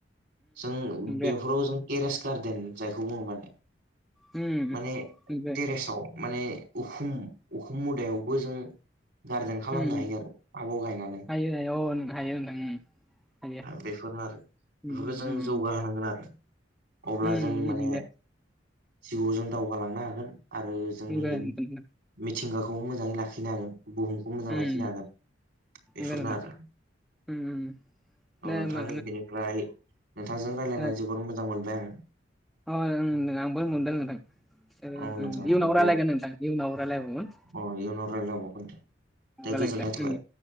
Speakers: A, on the right (about 65°); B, in the centre.
A: जों
B: उम दे
A: बे फोराव जों टेरेस गार्देन जायखौ बुङो माने
B: उम
A: माने
B: नंगो
A: टेरेसाव माने उखुम उखुम मुदायावबो जों गारदेन खालामनो
B: उम
A: हायो आरो थाबाव गायनानै
B: हायो हायो अ हायो नोंथां उम हायो
A: बेफोरनो आरो
B: उम
A: बेफोरखौ
B: उम
A: जों
B: उम
A: जौगाहोनांगोन आरो अब्ला
B: उम
A: जों माने
B: नंगो
A: जिउआव जों दावगालांनो हागोन आरो जोंनि
B: नंगो नोंथां
A: मिथिंगाखौ मोजाङै लाखिनो हागोन बुहुमखौ मोजां
B: उम
A: लाखिनो हागोन बेफोरनो
B: नंगो नोंथां
A: आरो
B: उम उम
A: औ
B: दे
A: नोंथां
B: होमबा
A: बेनिफ्राय नोंथांजों रायज्लायनानै
B: दे
A: जोबोद मोजां मोनबाय आं
B: अ ओं होनदों आंबो मोनदों नोंथां
A: औ नोंथां
B: इयुनाव
A: ओमफ्राय
B: रायलायगोन नोंथां इयुनाव रायलायबावगोन
A: अ इयुनाव रायलायबावगोन दे दे
B: रायज्लायगोन
A: गोजोननाय थाबाय